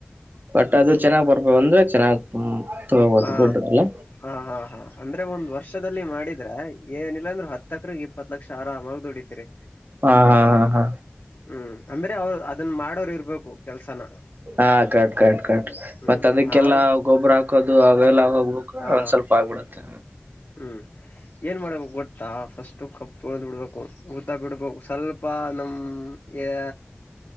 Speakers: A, on the right; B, on the left.
A: ಬಟ್ ಅದು ಚೆನ್ನಾಗ್ ಬರ್ಬೇಕ ಅಂದ್ರೆ ಚೆನ್ನಾಗ್ ತಗೋಬಹುದು
B: ಹಾ
A: ದೊಡ್ಡದಲ್ಲ
B: ಹ ಹಾ ಹಾ ಅಂದ್ರೆ ಒಂದ್ ವರ್ಷದಲ್ಲಿ ಮಾಡಿದ್ರೆ ಏನಿಲ್ಲಾಂದ್ರು ಹತ್ತು ಹತ್ತೇಕ್ರೆಗೆ ಇಪ್ಪತ್ ಲಕ್ಷ ಆರಾಮಾಗ್ ದುಡಿತಿರಿ
A: ಹಾ ಹಾ ಹಾ ಹಾ
B: ಹ್ಮ್ ಅಂದ್ರೆ ಅವ್ರು ಅದನ್ ಮಾಡೋರು ಇರ್ಬೇಕು ಕೆಲ್ಸನ
A: ಹಾ ಕರೆಕ್ಟ್ ಕರೆಕ್ಟ್ ಕರೆಕ್ಟ್
B: ಹ್ಮ್
A: ಮತ್ತ್ ಅದಕ್ಕೆಲ್ಲಾ
B: ಮಾಡು
A: ಗೊಬ್ಬರ ಹಾಕೋದು ಅವ ಎಲ್ಲ ಹೋಗ್ಬೇಕು
B: ಹಾ
A: ಒಂದ್ ಸ್ವಲ್ಪ ಆಗ್ಬಿಡುತ್ತೆ
B: ಹ್ಮ್ ಏನ್ ಮಾಡಬೇಕ ಗೊತ್ತಾ ಫಸ್ಟ ಕಬ್ ತೋಳ್ದು ಬಿಡ್ಬೇಕು ಊತ್ತ ಬಿಡ್ಬೇಕು ಸ್ವಲ್ಪ ಪ ನಮ್ ಯಾ